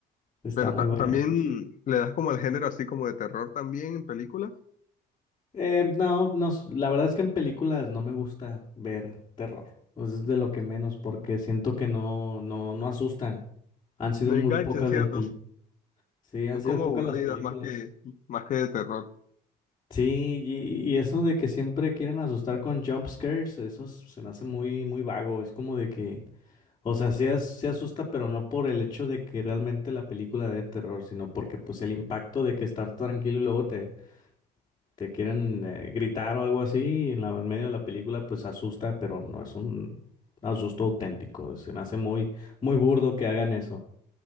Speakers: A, on the left; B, on the left.
A: Está
B: Pero
A: muy
B: ta-
A: buena.
B: también le das como al género así como de terror también en películas.
A: Eh, no, no, s- la verdad es que en películas no me gusta ver terror. Pues es de lo que menos porque siento que no, no, no asustan. Han sido
B: Me
A: muy
B: engancha,
A: pocas
B: ¿cierto?
A: las películas. Sí, han
B: Son
A: sido
B: como
A: pocas
B: aburridas
A: las películas.
B: más que, más que de terror.
A: Sí, y, y eso de que siempre quieren asustar con jump scares, eso es- se me hace muy, muy vago. Es como de que, o sea, sí, as- sí asusta, pero no por el hecho de que realmente la película dé terror, sino porque pues el impacto de que estar tranquilo y luego te, te quieren eh, gritar o algo así en la, en medio de la película, pues asusta, pero no es un asusto auténtico. Se me hace muy, muy burdo que hagan eso.